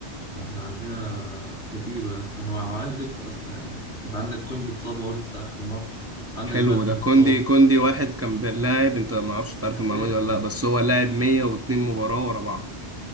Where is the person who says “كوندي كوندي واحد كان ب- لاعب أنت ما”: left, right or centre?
Right